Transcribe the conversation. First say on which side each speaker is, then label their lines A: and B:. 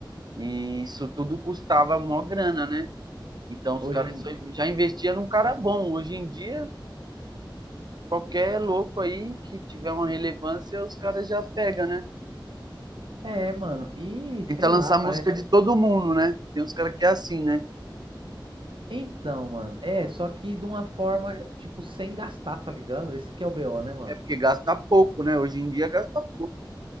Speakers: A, on the right; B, on the right.
A: e isso tudo custava uma grana, né? Então os
B: Hoje
A: caras
B: em
A: só-
B: dia.
A: já investiam num cara bom. Hoje em dia, qualquer louco aí que tiver uma relevância, os caras já pegam, né?
B: É, mano, e
A: Tenta
B: sei
A: lançar
B: lá, parece.
A: música de todo mundo, né? Tem uns caras que é assim, né?
B: Então, mano, é, só que de uma forma, tipo, sem gastar, tá ligado? Esse que é o BO, né, mano?
A: É porque gasta pouco, né? Hoje em dia gasta pouco.